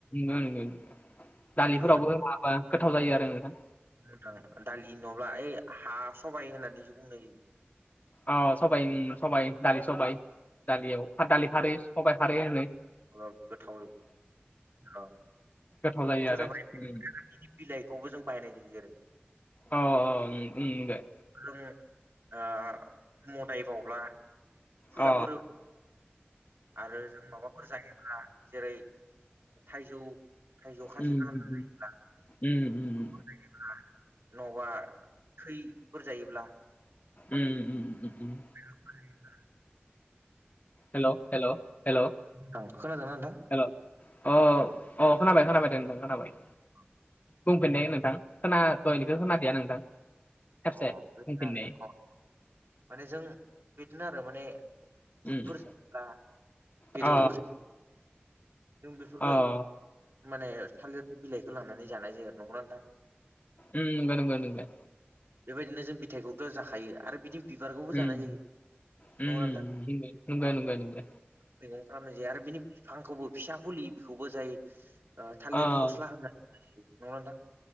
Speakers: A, on the left (about 40°); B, on the right (about 75°).
A: नोंगो नोंगो दालिफोरावबो
B: गोथाव
A: माबा गोथाव जायो। आरो नोंथां
B: मोजां दालि नङाब्ला ओइ हा सबाइ होननानैसो बुंनाय जायो।
A: अ सबाइ उम सबाइ दालि सबाइ दालियाव दालि खारै सबाइ खारै होनानै
B: अ गोथाव रौ औ।
A: गोथाव जायो
B: बेथ'
A: आरो
B: जाबाय बिनि
A: उम
B: बिलाइखौबो जों बाहायनाय <unintelligible> जेरै
A: अ अ उम उम नोंगो।
B: जों ओ मदायबावब्ला फुजाफोर
A: अ
B: आरो जों माबाफोर जायोब्ला। जेरै थाइजौ थाइजौ खायजि
A: उम
B: खालामनानै
A: उम उम उम उम
B: <unintelligible> <unintelligible> नङाबा थैफोर जायोब्ला
A: उम उम उम।
B: <unintelligible> <unintelligible> <unintelligible>
A: हेल' हेल' हेल'
B: अ खोनादों ना नोंथां?
A: हेल' अ अ खोनाबाय खोनाबाय दे नोंथां खोनाबाय।
B: <inaudible>
A: बुंफिननाय नोंथां खोना दहयनिखौ खोनादिया नोंथां। खेबसे
B: अ बिदिनो
A: बुंफिननाय
B: अ माने जों बिदिनो आरो माने
A: उम
B: बुटफोर जायोब्ला बेदरफोरजो
A: अ
B: नों बेफोरफोरखो
A: अ
B: माने थालिर बिलाइखो लानानै जानाय जायो नंगौ ना नोंथां?
A: उम नोंगौ नोंगो नोंगो।
B: बेबायदिनो जों बिथाइखौथ' जाखायो आरो बिदि बिबारखौबो
A: उम
B: जानाय जायो
A: उम
B: नंगौ ना नोंथां?
A: नंगौ नंगौ नंगौ
B: मैगं खालामनाय जायो आरो बिनि बिफांखौबो फिसा फुलि बेखौबो जायो। थालिर
A: अ
B: फस्ला होननानै नंगौना‌ नोंथां?